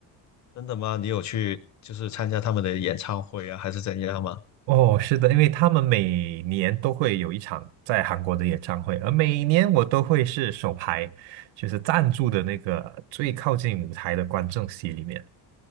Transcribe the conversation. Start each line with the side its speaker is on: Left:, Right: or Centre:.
Left: 真的吗？你有去就是参加他们的演唱会啊，还是怎样吗？
Right: 哦，是的，因为他们每年都会有一场在韩国的演唱会，而每年我都会是首排，就是赞助的那个最靠近舞台的观众席里面。